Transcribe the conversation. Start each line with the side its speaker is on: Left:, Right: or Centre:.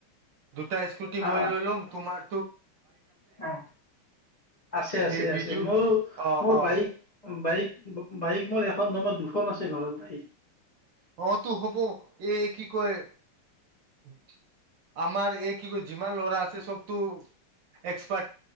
Right: দুটা স্কুটি
Left: অ
Right: মই লৈ লম তোমাৰ
Left: অ আছে আছে
Right: এই বিজু
Left: আছে মোৰ
Right: অ
Left: মোৰ
Right: অ
Left: বাইক বাইক বা বাইক মোৰ এখন নহয় দুখন আছে ঘৰতেই
Right: অ তো হ'ব এই কি কয় উম আমাৰ এই কি কয় যিমান ল'ৰা আছে চব তোৰ এক্স